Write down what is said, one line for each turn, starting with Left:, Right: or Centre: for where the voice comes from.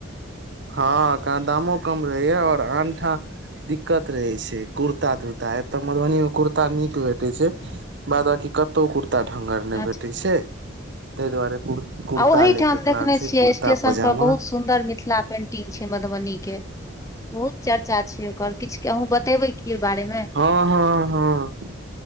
Right: हँ क दामो कम रहैया आऔर आनठाम दिक्कत रहे छै कुर्ता तुर्ता एतय मधुबनी मे कुर्ता नीक भेटै छै बाद बकी कतहु कुर्ता- कता ढङ्गर नहि
Left: अच्छा
Right: भेटै छै। ताहि दुआरे। कुर्ता
Left: आ ओहिठाम
Right: लै के
Left: देखने
Right: प्लान छै
Left: छियै
Right: कुर्ता
Left: स्टेशन
Right: पजामा
Left: पर बहुत सुन्दर मिथिला पेंटिंग छै मधुबनी के ओ चर्चा छै ओकर किछु अहुूँ बतेबै की ओइ बारे मे
Right: हँ हँ हँ